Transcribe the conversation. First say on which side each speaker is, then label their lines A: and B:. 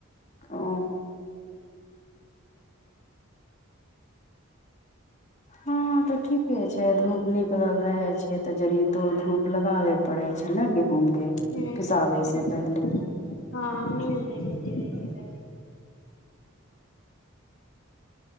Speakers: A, on the left; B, on the left.
A: ओ हँ तऽ ठीके छै धूप निकलल रहे छै ते जड़ी तो धूप लगाबे पड़ै छै न गेहूँम के
B: ह
A: पिसाबे से पहले
B: हँ मील मे <unintelligible>